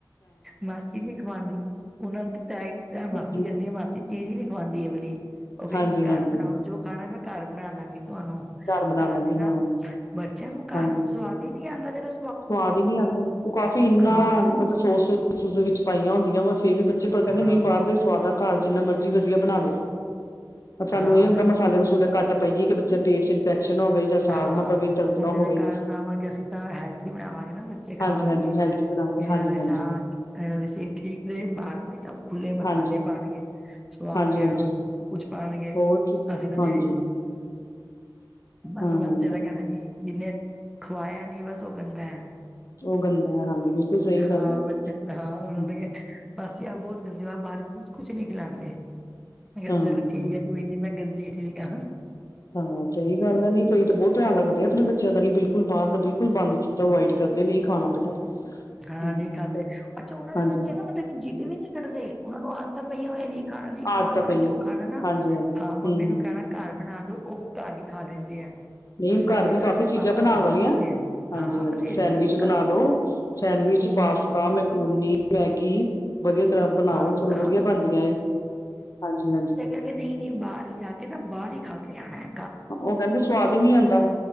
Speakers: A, in the centre; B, on the left.
A: ਮਾਸੀ ਨੀ ਖਵਾਉੰਦੀ, ਉਹਨਾਂ ਨੂੰ ਤਾਂ ਏਈ ਤੇ ਮਾਸੀ
B: ਹਾਂਜੀ,
A: ਗੰਦੀ, ਮਾਸੀ ਚੀਜ਼ ਹੀ ਨਹੀਂ ਖਵਾਂਦੀ ਹੈ, ਇਹ ਵਾਲੀ, ਉਹ ਕਹੇਗੀ
B: ਹਾਂਜੀ-ਹਾਂਜੀ
A: ਘਰ ਬਣਾਓ, ਜੋ ਖਾਣਾ ਮੈਂ ਘਰ ਬਣਾ <unintelligible> ਤੁਹਾਨੂੰ
B: ਬਣਾ
A: ਘਰ
B: ਦਾਂਗੇ
A: ਦੀ ਨਾ,
B: ਹਾਂ,
A: ਬੱਚਿਆਂ ਨੂੰ ਘਰ
B: ਹਾਂਜੀ
A: ਵਿੱਚ ਸਵਾਦ ਹੀ ਨੀ ਆਉਂਦਾ ਜਦੋਂ
B: ਸਵਾਦ ਹੀ ਨੀ ਆਉਂਦਾ, ਉਹ ਕਾਫੀ ਇੰਨਾ
A: ਹਾਂ
B: ਮਤਲਬ ਸੋਸ ਮਸੂਸੇ ਵਿੱਚ ਪਾਈਆਂ ਹੁੰਦੀਆਂ ਵ, ਫੇਰ ਵੀ ਬੱਚੇ ਪਰ ਕਹਿੰਦੇ,
A: ਹਾਂ
B: ਨਹੀਂ ਬਾਹਰ ਦੇ ਸਵਾਦ ਆ। ਘਰ ਜਿੰਨਾ ਮਰਜੀ ਵਧੀਆ ਬਣਾ ਲੋ, ਸਾਨੂੰ
A: ਹਾਂ
B: ਇਹ
A: ਉਹਨਾਂ
B: ਹੁੰਦਾ ਮਸਾਲੇ
A: ਨੂੰ
B: ਮਸੂਲੇ ਪਈਏ ਕਿ, ਬੱਚਾ ਦੇ ਪੇਟ ਚ ਇਨਫੈਕਸ਼ਨ ਹੋਵੇ ਜਾਂ ਸਾੜ
A: ਹਾਂ,
B: ਨਾ ਪਵੇ ਦਰਦ
A: ਹੁਣ
B: ਨਾ
A: ਜਿਹੜੇ
B: ਹੋਵੇ।
A: ਘਰ ਬਣਾਵਾਂਗੇ, ਅਸੀਂ ਤਾਂ ਹੈਲਥੀ ਬਣਾਵਾਂਗੇ, ਨਾ ਬੱਚੇ
B: ਹਾਂਜੀ-ਹਾਂਜੀ
A: ਖਾਣਗੇ।
B: ਹੈਲਥੀ ਬਣਾਵਾਂਗੇ
A: ਇਹਨਾਂ
B: ਹਾਂਜੀ-ਹਾਂਜੀ,
A: ਦੀ ਸਾਥ, ਇਹਨਾਂ ਦੀ ਸਿਹਤ ਠੀਕ ਰਹੇ, ਬਾਹਰ ਵੀ ਤਾਂ ਖੁੱਲੇ ਮਸਾਲੇ
B: ਹਾਂਜੀ,
A: ਪਾਉਣਗੇ। ਸਵਾਦ
B: ਹਾਂਜੀ-ਹਾਂਜੀ
A: ਲਿਆਉਣ ਵਾਸਤੇ, ਸ ਕੁੱਛ ਪਾਉਣਗੇ,
B: ਹੋਰ ਕੀ
A: ਅਸੀਂ ਤਾਂ
B: ਹਾਂਜੀ
A: ਜਿਹੜੀ ਬਸ
B: ਹਾਂ-ਹਾਂ
A: ਬਚੇ ਦਾ ਕਹਿੰਣਾ, ਨੀ ਜਿਹਨੇ ਖਵਾਇਆ ਨੀ ਬਸ ਉਹ ਗੰਦਾ ਹੈ।
B: ਉਹ ਗੰਦਾ ਹੈ ਹਾਂਜੀ ਬਿਲਕੁਲ ਸਹੀ
A: ਹਾਂ,
B: ਗੱਲ
A: ਬੱਚ ਹਾਂ ਉਹਨੇ
B: ਹੈ।
A: ਕਿਹਾ ਮਾਸੀ ਆਪ ਬਹੁਤ ਗੰਦੇ ਹੋ ਆਪ ਬਾਹਰ ਕੀ ਚੀਜ਼ ਕੁਛ ਨਹੀਂ ਖਿਲਾਂਦੇ, ਮੈਂ ਕਿਹਾ
B: ਹਾਂ
A: ਚੱਲ ਠੀਕ ਹੈ ਕੋਈ ਨੀ ਮੈਂ ਗੰਦੀ ਠੀਕ ਹਾਂ।
B: ਹਾਂ, ਸਹੀ ਗੱਲ ਹੈ ਨਹੀਂ ਕਈ ਤਾਂ ਬਹੁਤ ਧਿਆਨ ਰੱਖਦੇ ਆ ਆਪਣੇ ਬੱਚਿਆਂ ਦਾ ਨੀ ਬਿਲਕੁਲ ਬਾਹਰ ਦਾ ਬਿਲਕੁਲ ਬਿਲਕੁਲ ਬੰਦ
A: ਹਮ
B: ਕੀਤਾ, ਅਵਇਡ ਕਰਦੇ ਨਹੀਂ ਖਾਣਾ ਬੇਟਾ। ਹੂੰ
A: ਹਾਂ, ਨਹੀਂ ਖਾਂਦੇ ਅੱਛਾ ਉਹਨਾਂ ਦੇ
B: ਹਾਂਜੀ
A: ਬੱਚੇ ਨਾ ਮਤਲਬ ਕਿ ਜਿੱਦ ਵੀ ਨੀ ਕੱਰਦੇ ਉਹਨਾਂ ਨੂੰ ਆਦਤਾ ਪਇਆ ਹੋਇਆ ਨੇ। ਖਾਣਾ ਨੀ ਖਾਣਾ
B: ਆਦਤਾਂ
A: ਉਹਨਾਂ
B: ਪਈਆਂ
A: ਨੇ ਜੋ ਖਾਣਾ ਨਾ
B: ਹਾਂਜੀ ਹਾਂਜੀ ਹੂੰ
A: ਹਾਂ, ਮੰਮੀ
B: ਹੂੰ
A: ਨੂੰ ਕਹਿਣਾ। ਘਰ ਬਣਾ ਦੋ ਉਹ ਤਾਵੀ ਖਾ ਲੈਂਦੇ ਆ।
B: ਨਹੀਂ ਹੁਣ
A: ਸਾਡੇ
B: ਘਰ ਵੀ
A: ਵਾਲਿਆਂ
B: ਕਾਫ਼ੀ
A: ਦੇ
B: ਚੀਜ਼ਾਂ
A: ਪਾਪਾ
B: ਬਣਾਉਣ
A: ਖਵਾ
B: ਵਾਲੀਆਂ
A: ਦਿੰਦੇ ਆ
B: ਹਾਂਜੀ-ਹਾਂਜੀ,
A: ਹਾਂ ਬਥੇਰੀਆਂ
B: ਸੈਂਡਵਿਚ
A: ਹੁੰਦੀਆਂ
B: ਬਣਾ
A: ਘਰ ਵੀ
B: ਲੋ। ਸੈਂਡਵਿਚ,
A: ਹਮ
B: ਪਾਸਤਾ, ਮੈਕਰੋਨੀ, ਮੈਗੀ। ਵਧੀਆ ਤਰ੍ਹਾਂ ਬਣਾਓ
A: ਹਾਂ
B: ਚਲੋ ਵਧੀਆ
A: ਹਾਂ
B: ਬਣਦੀਆਂ ਏ ਹਾਂਜੀ-ਹਾਂਜੀ।
A: ਕਹਿੰਦੇ, ਨਹੀਂ-ਨਹੀਂ ਬਾਹਰ ਹੀ ਜਾ ਕੇ ਨਾ ਬਾਹਰ ਹੀ ਖਾ ਕੇ ਆਣਾ ਹੈ।
B: ਉਹ ਕਹਿੰਦੇ ਸਵਾਦ ਹੀ ਨੀ ਆਂਦਾ